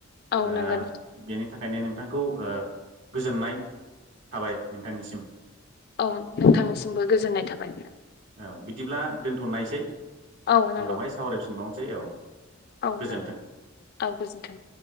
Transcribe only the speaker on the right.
ओ
बेनि थाखायनो नोंथांखौ ओ गोजोननाय थाबाय नोंथांनिसिम।
औ बिदिब्ला दोनथनायसै उनावहाय
सावरायफिनबावनोसै औ
गोजोन्थों